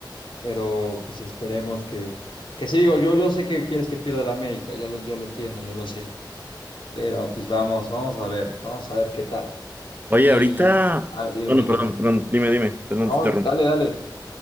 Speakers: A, on the left; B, on the right.
A: Pero pues esperemos que, que sí, digo, yo, yo sé que quieres que pierda la América, yo lo, yo lo entiendo, yo lo sé. Pero pues vamos, vamos a ver, vamos a ver qué tal.
B: Oye,
A: Y
B: ahorita,
A: ah, dime,
B: bueno, perdón,
A: dime.
B: perdón, dime, dime, perdón,
A: No,
B: te interrumpí.
A: dale, dale.